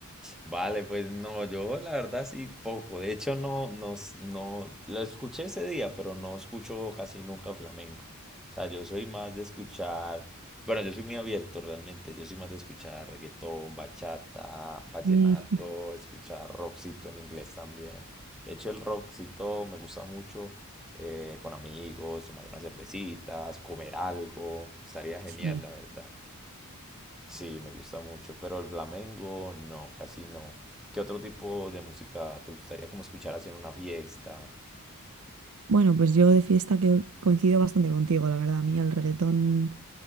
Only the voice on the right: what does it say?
Mm, <laughs>
sí.
Bueno, pues yo de fiesta que coincido bastante contigo, la verdad. A mí el reggaetón